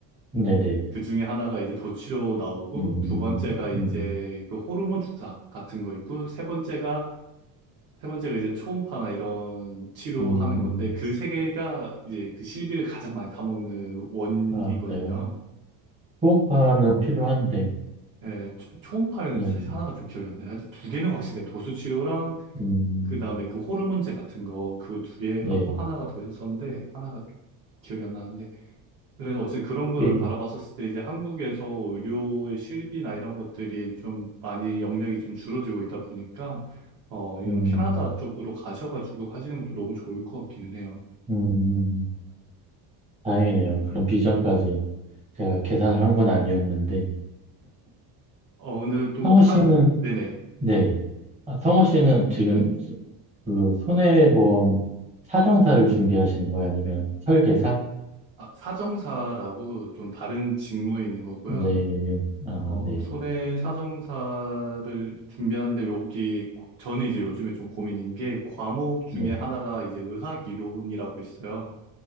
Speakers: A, on the right; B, on the right.
A: 네네.
B: 그 중에 하나가 이제 도치료 나오고,
A: 음,
B: 두 번째가 이제
A: 음,
B: 그 호르몬 주사 같은 거 있고, 세 번째가, 세 번째가 이제 초음파나 이런 치료하는
A: 음,
B: 건데, 그 세 개가 이제 그 실비를 가장 많이 타먹는 원인이거든요.
A: 아, 그래요. 초음파는 필요한데,
B: 예, 초- 초음파였는지
A: 네,
B: 사실 하나가 좀 기억이 안 나요. 아직 두 개는 확실해요. 도수치료랑
A: 음,
B: 그 다음에 그 호르몬제 같은 거 그거 두 개
A: 네,
B: 하고 하나가 더 있었었는데 하나가 기억이 안 나는데 그래서 어쨌든 그런 거를
A: 이게,
B: 바라봤었을 때 이제 한국에서 의료의 실비나 이런 것들이 좀 많이 영역이 좀 줄어들고 있다 보니까 어 이런
A: 음,
B: 캐나다 쪽으로 가셔가지고 하시는 것도 너무 좋을 것 같기는 해요.
A: 음, 음. 다행이네요. 그런 비전까지 제가 계산을 한 건 아니었는데,
B: 어 근데 좀
A: 성우
B: 타
A: 씨는,
B: 네네
A: 네, 아, 성우 씨는 지금 소- 그 손해보험 사정사를 준비하시는 거예요? 아니면 설계사?
B: 아, 사정사라고 좀 다른 직무에 있는 거고요.
A: 네, 아,
B: 어,
A: 네,
B: 손해사정사를 준비하는데 여기 고- 저는 이제 요즘에 좀 고민인 게 과목 중에
A: 네,
B: 하나가 이제 의학이론이라고 있어요.